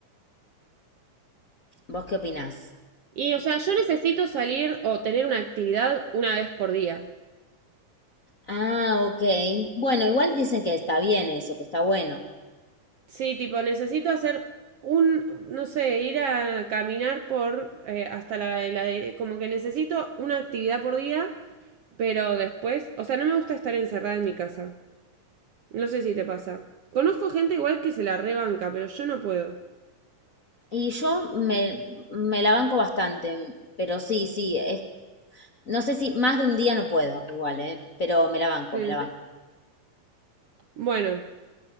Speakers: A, on the left; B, on the right.
A: ¿Vos qué opinás?
B: Y, o sea, yo necesito salir o tener una actividad una vez por día.
A: Ah, ok. Bueno, igual dicen que está bien eso, que está bueno.
B: Sí, tipo, necesito hacer un, no sé, ir a caminar por eh, hasta la, la de, como que necesito una actividad por día, pero después, o sea, no me gusta estar encerrada en mi casa. No sé si te pasa. Conozco gente igual que se la rebanca, pero yo no puedo.
A: Y yo me, me la banco bastante, pero sí, sí, es, no sé si más de un día no puedo, igual, ¿eh? Pero me la banco,
B: Sí.
A: me la banco.
B: Bueno,